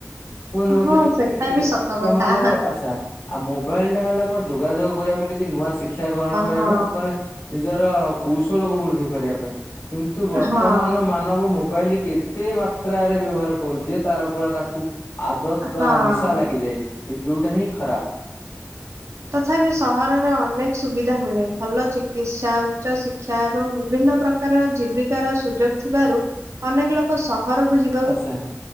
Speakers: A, on the left (about 70°); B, on the right (about 60°).
A: କୁହନ୍ତୁ ମତେ
B: ହଁ
A: ଟିକେ
B: ସେଟା
A: ଏ-ଏମାନଙ୍କର
B: ବି ସତ କଥା ହଁ
A: ଆଚ୍ଛା। ଆଉ ମୋବାଇଲ ଟା ହେଲା କଁ ଯୋଗାଯୋଗ କରିବା ପାଇଁ କିଛି ନୂଆ ଶିକ୍ଷା ଗ୍ରହଣ କରିବା
B: ହଁ
A: ପାଇଁ ମାନେ ନିଜର କୌଶଳକୁୁ ବୃଦ୍ଧି କରିବା ପାଇଁ କିନ୍ତୁ ବର୍ତ୍ତମାନର
B: ହଁ
A: ମା ନବ ମୋବାଇଲକି ଏତେ ମାତ୍ରାରେ ବ୍ୟବହାର କରୁଚି ଯେ ତାର ପୁରା ତାକୁ ଆଦତ ବା
B: ହଁ
A: ନିଶା ଲାଗିଯାଇଚି ସେ ଯୋଉଟା ହିଁ ଖରାପ।
B: ତଥାପି ସହରରେ ଅନେକ ସୁବିଧା ମିଳେ, ଭଲ ଚିକିତ୍ସା, ଉଚ୍ଚ ଶିକ୍ଷା ଏବଂ ବିଭିନ୍ନ ପ୍ର କାରର ଜୀବିକାର ସୁଯୋଗ ଥିବାରୁ ଅନେକ ଲୋକ ସହରକୁ ଯି
A: ଆଚ୍ଛା